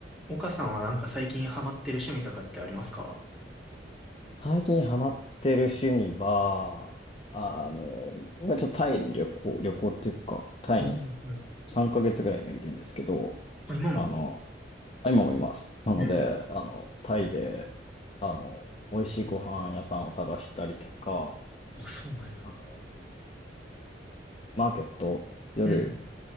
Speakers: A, in the centre; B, on the left.
A: 岡さんはなんか最近ハマってる趣味とかってありますか
B: 最近ハマってる趣味は、ああの、今ちょっとタイに旅行、旅行っていうか、タイに
A: ああ、はい。
B: 3ヶ月ぐらい今いるんですけど、
A: あ、今も。
B: あの、あ今もいます。なので、
A: えー
B: あの、タイで、あの、美味しいご飯屋さんを探したりとか、
A: あ、そうなんや。
B: あのマーケット、夜
A: うん。